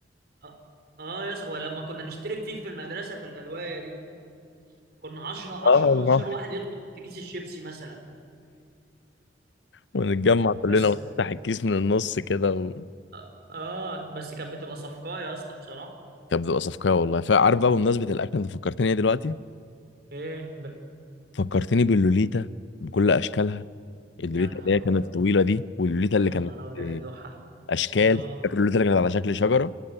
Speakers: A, on the right; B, on the left.
A: اه, آه يس ولا لما كنا نشترك فيه في المدرسه في الغدوايه دي كنا 10
B: اه
A: 10 15
B: والله
A: واحد يدخل في كيس الشيبسي مثلا
B: ونتجمع
A: بس
B: كلنا ونفتح الكيس من النص كده و...
A: اه آه، بس كانت بتبقى صفقة يا اسطى بصراحة
B: كانت بتبقى صفقه والله فعارف بقى بمناسبه الاكل انت فكرتني ايه دلوقتي
A: ايه ب...
B: فكرتني باللوليتا بكل اشكالها اللوليتا
A: يا نهار
B: اللي هي
A: ابيض
B: كانت الطويله دي واللوليتا اللي
A: يا
B: كانت
A: نهار ابيض
B: آه،
A: يا دوحة
B: اشكال
A: اه
B: فاكر اللوليتا اللي كانت على شكل شجره